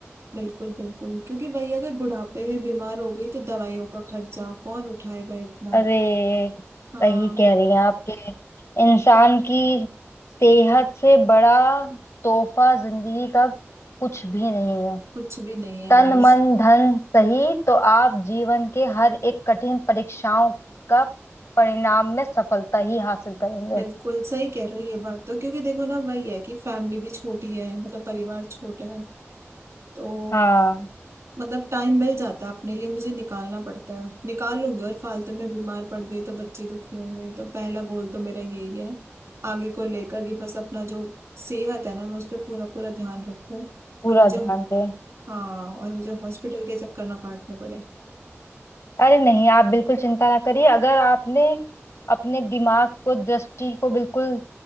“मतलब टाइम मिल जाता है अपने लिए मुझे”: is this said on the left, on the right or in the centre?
Right